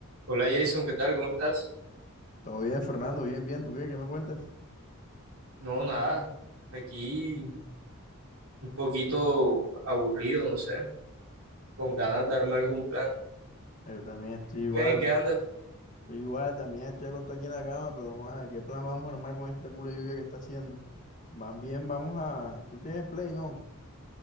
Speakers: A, on the right (about 70°); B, on the left (about 35°).
A: Hola Jason, ¿qué tal? ¿Cómo estás?
B: Todo bien, Fernando, bien, bien. ¿Tú qué? ¿Qué me cuentas?
A: No, nada. Aquí un poquito aburrido, no sé, con ganas de armar algún plan.
B: Ah, Yo también estoy
A: ¿Y tú
B: igual.
A: qué? ¿En qué andas?
B: Estoy igual, también estoy acostado aquí en la cama, pero joder, ¿qué plan vamos a armar con esta culo de lluvia que está haciendo? Más bien, vamos a... ¿Tú tienes play, no?